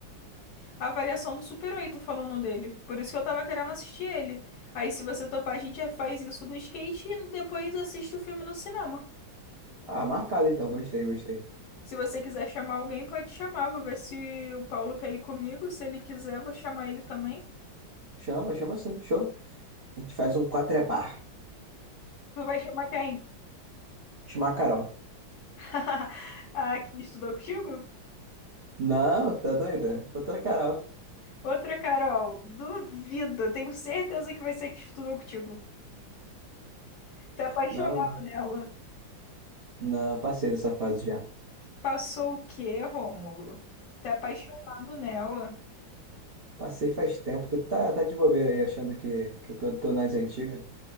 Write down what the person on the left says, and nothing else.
avaliação do Super oito falando dele. Por isso que eu tava querendo assistir ele. Aí, se você topar, a gente já faz isso do skate e depois assiste o filme no cinema.
Se você quiser chamar alguém, pode chamar. Vou ver se o Paulo quer ir comigo. Se ele quiser, vou chamar ele também.
Tu vai chamar quem?
<laughs> Ah, que estudou contigo?
Outra Carol, duvido. Tenho certeza que vai ser que estudou contigo. Tá apaixonado
nela.
Passou o quê, Rômulo? Tá apaixonado nela.